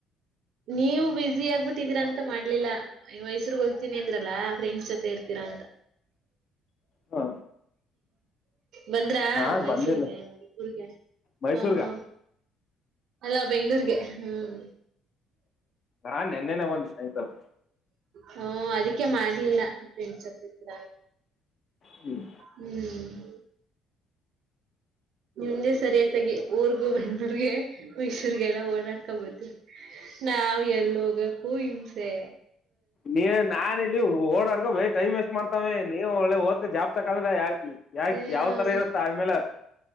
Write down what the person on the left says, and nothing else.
ಹ್ಞೂ
ನಾನು
ಬಂದಿಲ್ಲ
ಮೈಸೂರ್ಗೆ
ಹಾ ನೆನ್ನೆನೆ ಬಂದು ಸನಾಯಕಲ್
ಹ್ಮ್
ನೀ ನಾ ಇಲ್ಲಿ ಓಡಾಡ್ಕೊಂಡು ಟೈಮ್ ವೇಸ್ಟ್ ಮಾಡ್ತಾವೆ ನೀವು ಒಳ್ಳೆ ಓದ್ ಜಾಪ್ ತಕಂದ್ರೆ ಯಾಕ ಯಾಕ
ಯಾವ್ ತರ ಇರುತ್ತೆ ಅಂದ್ಮೇಲೆ